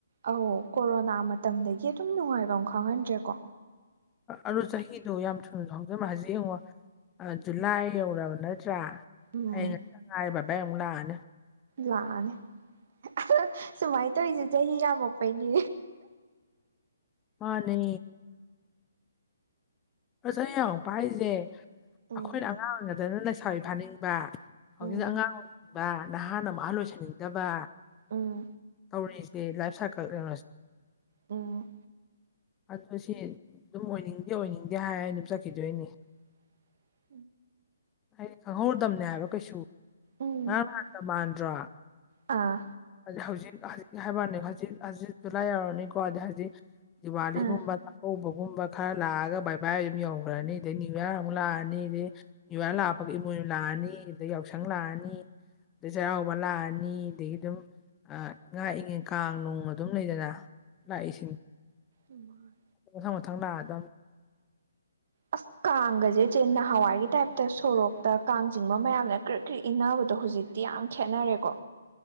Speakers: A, on the right; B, on the left.
A: ꯑꯧ ꯀꯣꯔꯣꯅꯥ ꯃꯇꯝꯗꯒꯤ ꯑꯗꯨꯝ ꯅꯨꯡꯉꯥꯏꯕꯝ ꯈꯪꯍꯟꯗ꯭ꯔꯦꯀꯣ
B: ꯑꯗꯨ ꯆꯍꯤꯗ‌ꯣ ꯌꯥꯝ ꯊꯨꯅꯖꯨ ꯍꯧꯖꯤꯟꯕ ꯍꯥꯖ‌ꯦ ꯌꯦꯡꯉꯣ ꯑꯥ ꯖꯨꯂꯥꯏ ꯌꯧꯔꯕ ꯅꯠꯇ꯭ꯔꯥ
A: ꯎꯝ
B: ꯍꯌꯦꯡ <inaudible> ꯕꯥꯏ-ꯕꯥꯏ ꯑꯃꯨꯛ ꯂꯥꯛꯑꯅꯤ
A: ꯂꯥꯛꯑꯅꯤ <unintelligible> ꯁꯨꯃꯥꯏꯅ ꯇꯧꯔꯤꯁꯦ ꯆꯍꯤ ꯌꯥꯝꯃꯛꯄꯩꯅꯦ
B: ꯃꯥꯅꯦ ꯆꯍꯤ ꯌꯥꯝꯃꯛꯄ ꯍꯥꯏꯖ‌ꯦ
A: ꯎꯝ
B: ꯑꯩꯈꯣꯏꯅ ꯑꯉꯥꯡ ꯑꯣꯏꯔꯤꯉꯩꯗꯅ ꯂꯩꯁꯥꯕꯤ ꯐꯥꯅꯤꯡꯕ ꯍꯧꯖꯤꯛꯅ
A: ꯎꯝ
B: ꯑꯉꯥꯡ ꯑꯣꯏꯅꯤꯡꯕ ꯅꯍꯥꯅ ꯑꯃꯨꯛ ꯑꯍꯜ ꯑ‌ꯣꯏꯁꯟꯅꯤꯡꯗꯕ
A: ꯎꯝ
B: ꯇꯧꯔꯤꯁꯤ ꯂꯥꯏꯐ ꯁꯥꯔꯀꯜ <inaudible>
A: ꯎꯝ
B: ꯑꯗꯨ ꯁꯤ ꯑꯗꯨꯝ ꯑꯣꯏꯅꯤꯡꯗꯦ ꯑꯣꯏꯅꯤꯡꯗꯦ ꯍꯥꯏꯔ ꯑꯗꯨ ꯆꯠꯈꯤꯗꯣꯏꯅꯤ
A: <inaudible>
B: ꯍꯥꯏꯗꯤ ꯈꯪꯍꯧꯗꯝꯅꯦ ꯍꯥꯏꯕ ꯀꯩꯁꯨ
A: ꯎꯝ
B: ꯉꯔꯥꯡ ꯅꯍꯥꯟꯗ ꯃꯥꯟꯗ꯭ꯔꯣ
A: ꯑꯥ
B: ꯍꯧꯖꯤꯛ ꯍꯧꯖꯤꯛ ꯍꯥꯏꯕꯋꯥꯅꯦ ꯍꯧꯖꯤꯛ ꯍꯧꯖꯤꯛ ꯖꯨꯂꯥꯏ ꯌꯧꯔꯅꯤꯀꯣ ꯑꯥ ꯍꯧꯖꯤꯛ ꯗꯤꯋꯥꯂꯤꯒꯨꯝꯕ
A: ꯑꯥ
B: ꯆꯥꯛꯀꯧꯕꯒꯨꯝꯕ ꯈꯔ ꯂꯥꯛꯑꯒ ꯕꯥꯏ ꯕꯥ ꯑꯗꯨꯝ ꯌꯧꯒ꯭ꯔꯅꯤ ꯑꯗꯩ ꯌꯨꯌꯥꯔ ꯑꯃꯨꯛ ꯂꯥꯛꯑꯅꯤ ꯑꯗꯩ ꯅ꯭ꯌꯨꯌꯥꯔ ꯂꯥꯛꯄꯒ ꯏꯃꯣꯏꯅꯨ ꯂꯥꯛꯑꯅꯤ ꯑꯗꯩ ꯌꯥꯎꯁꯪ ꯂꯥꯛꯑꯅꯤ ꯑꯗꯨꯗꯩ ꯆꯩꯔꯥꯎꯕ ꯂꯥꯛꯑꯅꯤ ꯑꯗꯒꯤ ꯑꯗꯨꯝ ꯉꯥꯛꯏꯉꯩ ꯀꯥꯡ ꯅꯨꯡ ꯑꯗꯨꯝ ꯂꯩꯗꯅ ꯂꯥꯛꯏꯁꯤꯡ
A: ꯎꯝ
B: ꯃꯊꯪ ꯃꯊꯪ ꯂꯥꯛ ꯑꯗꯝ
A: ꯑꯁ ꯀꯥꯡꯒꯁꯦ ꯆꯦ ꯅꯍꯥꯟꯋꯥꯏꯒꯤ ꯇꯥꯏꯞꯇ ꯁꯣꯔꯣꯛꯇ ꯀꯥꯡ ꯆꯤꯡꯕ ꯃꯌꯥꯝꯅ ꯀ꯭ꯔꯤꯛ ꯀ꯭ꯔꯤꯛ ꯏꯟꯅꯕꯗꯣ ꯍꯧꯖꯤꯛ ꯇꯤ ꯌꯥꯝ ꯈꯦꯠꯅꯔꯦꯀꯣ